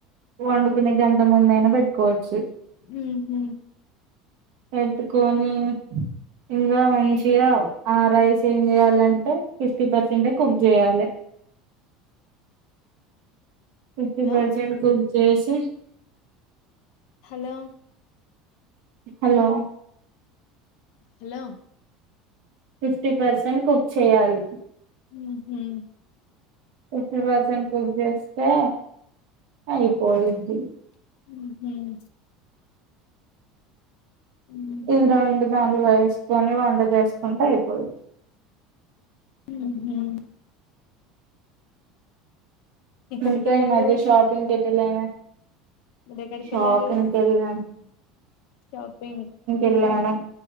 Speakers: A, on the right (about 65°); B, on the left (about 60°).
A: వండుకునే గంట ముందు అయినా పెట్టుకోవచ్
B: ఉహ్మ్
A: పెట్టుకొని ఇంగా మంచిగ ఆ రైస్ ఏం చేయాలంటే ఫిఫ్టీ పర్సెంటే ఏ కుక్ చేయాలే ఫిఫ్టీ
B: హలో
A: పర్సెంట్ కుక్ జెసి
B: hello
A: hello
B: hello
A: fifty percent cook చేయాలి
B: ఉహ్మ్
A: ఫిఫ్టీ పర్సెంట్ కుక్ చేస్తే అయిపోయిది
B: ఉహ్మ్ ఉమ్
A: ఇ రెండు దాంట్లో వేసుకొని దాంట్లోకి వేసుకుంటే అయిపోయిద్ది
B: ఉహ్మ్ ఎక్కడికి
A: ఇంక
B: వెళ్ళారు
A: ఈ మధ్య షాపింగ్ కి ఎట్టలేవే
B: మీరు ఎక్కడికి
A: షాపింగ్
B: వెళ్ళారు
A: కి ఎళ్ళా
B: షాపింగ్ ఇంక
A: వెళ్ళాను